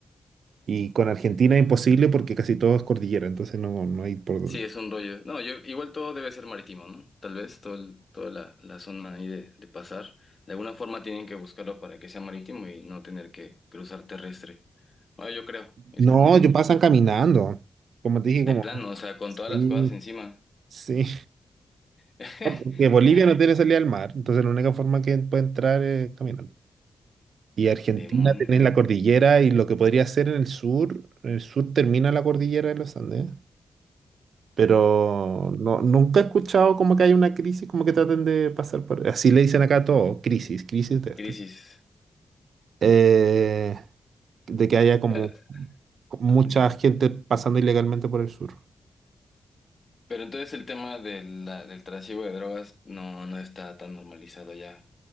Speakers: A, on the right; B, on the left.
A: Y con Argentina es imposible porque casi todo es cordillera, entonces no, no hay por dónde.
B: Sí, es un rollo. No, yo igual todo debe ser marítimo, ¿no? Tal vez todo el- toda la, la zona ahí de, de pasar. De alguna forma tienen que buscarlo para que sea marítimo y no tener que cruzar terrestre. Ah, yo creo. Es
A: No,
B: como que
A: yo
B: mi...
A: pasan caminando. Como te dije, como
B: De plano, o sea, con
A: sí,
B: todas las cosas encima.
A: sí.
B: <laughs>
A: No, Porque Bolivia
B: Eh,
A: no tiene salida al mar, entonces la única forma que puede entrar es caminando. Y Argentina
B: Demonio.
A: tiene la cordillera y lo que podría ser en el sur, en el sur termina la cordillera de los Andes, pero no, nunca he escuchado como que hay una crisis, como que traten de pasar por... Así le dicen acá a todo, crisis, crisis de esto.
B: Crisis.
A: Eh, de que haya como
B: Pero,
A: mucha
B: ah,
A: gente pasando ilegalmente por el sur.
B: pero entonces el tema de la- del trasiego de drogas no, no está tan normalizado ya.